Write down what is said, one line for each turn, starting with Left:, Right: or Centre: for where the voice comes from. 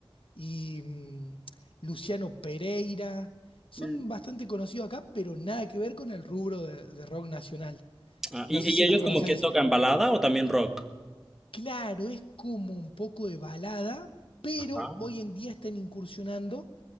Left: y mm, Luciano Pereira. Son
Centre: Mm.
Left: bastante conocidos acá, pero nada que ver con el rubro de, de rock nacional.
Centre: Ah,
Left: No
Centre: ¿y,
Left: sé
Centre: y
Left: si
Centre: ellos
Left: los conoces
Centre: como que
Left: eso.
Centre: tocan balada o también rock?
Left: Claro, es como un poco de balada, pero
Centre: Ajá.
Left: hoy en día están incursionando